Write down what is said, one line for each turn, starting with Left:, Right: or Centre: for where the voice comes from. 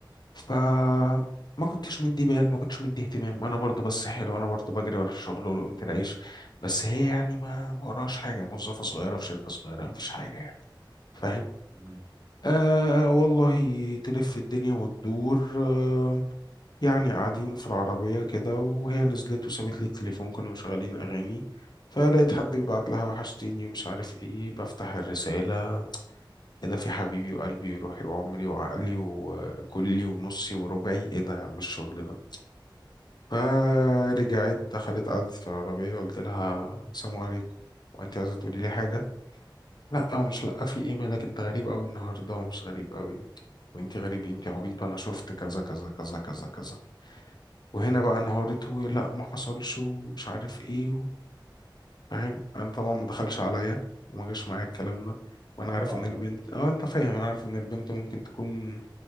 Left: فما كنتش مدي بال ما كنتش مدي اهتمام انا برضو بس حلو انا برضو بجري ورا الشغل ولقمة العيش بس هي يعني ما ما وراش حاجه موظفه صغيره في شركه صغيره مفيش حاجه يعني فاهم
Right: مهم.
Left: آه والله تلف الدنيا وتدور آه يعني قاعدين في العربية كده وهي نزلت وسابت لي التليفون كنا مشغلين أغاني فلقيت حد بيبعت لها وحشتيني ومش عارف ايه بفتح الرسالة ايه ده في حبيبي وقلبي وروحي وعمري وعقلي وكلي ونصي وربعي ايه ده يا عم الشغل ده فرجعت دخلت قعدت في العربية قلت لها السلام عليكم وانت عايزة تقولي لي حاجة لا ومش لا في ايه مالك انت غريب قوي النهاردة ومش غريب قوي وانت غريب إيه؟ انت عبيط انا شفت كذا كذا كذا كذا كذا وهنا بقى انهارت ولا ما حصلش ومش عارف ايه و- فاهم انا طبعا ما دخلش عليا وما جاش معايا الكلام ده وانا عارف
Right: طبعا
Left: ان البنت
Right: طبعا
Left: اه انت فاهم انا عارف ان البنت ممكن تكون